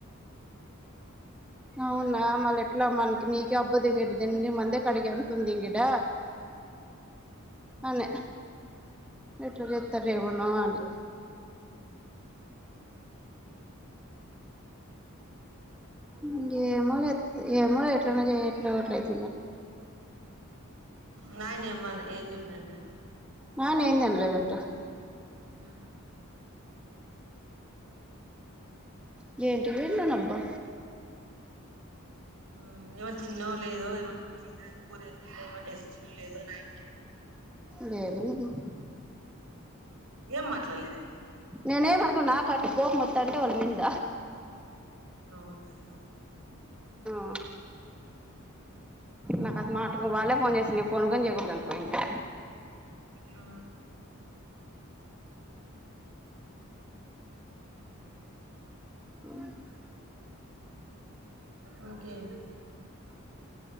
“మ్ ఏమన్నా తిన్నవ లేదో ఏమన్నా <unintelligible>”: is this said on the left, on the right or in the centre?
Right